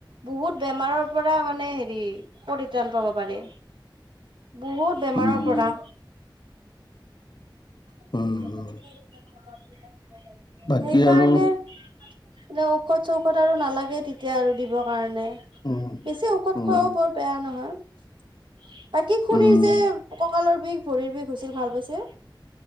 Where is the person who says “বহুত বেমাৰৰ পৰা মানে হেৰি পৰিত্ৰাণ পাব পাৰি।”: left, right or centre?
Right